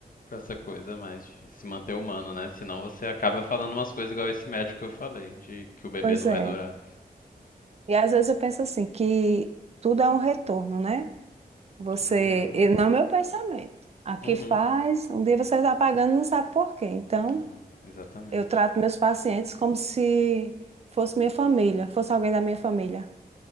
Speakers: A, on the left; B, on the right.
A: com essa coisa mais de se manter humano, né? Senão você acaba falando umas coisas igual esse médico que eu falei, de que o bebê
B: Pois
A: não
B: é.
A: vai durar.
B: E às vezes eu penso assim, que tudo é um retorno, né? Você.
A: Uhum,
B: e Não é meu pensamento. Aqui
A: uhum.
B: faz, um dia você está pagando, e não sabe por quê. Então,
A: É, exatamente.
B: eu trato meus pacientes como se fosse minha família, fosse alguém da minha família.